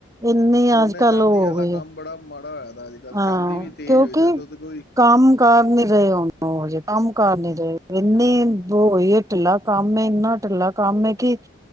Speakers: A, on the right; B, on the left.
A: ਇੰਨੀ
B: ਸੋਨੇ
A: ਅੱਜ ਕੱਲ
B: ਚਾਂਦੀ
A: ਉਹ ਹੋ
B: ਵਾਲਾ
A: ਗਈ
B: ਕੰਮ
A: ਹੈ
B: ਬੜਾ ਮਾੜਾ ਹੋਇਆ ਅੱਜ ਕੱਲ੍ਹ
A: ਹਾਂ
B: ਚਾਂਦੀ ਵੀ ਤੇਜ਼
A: ਕਿਉਂਕਿ
B: ਹੋਈ ਦੱਸੋ ਤੇ ਕੋਈ
A: ਕੰਮ ਕਾਰ ਨੀ ਰਹੇ ਉਹੋ ਜਹੇ ਕੰਮ ਕਾਰ ਨੀ ਰਹੇ ਇੰਨੇ ਬ ਹੋਏ ਢਿੱਲਾ ਕੰਮ ਇੰਨਾ ਢਿੱਲਾ ਕੰਮ ਕਿ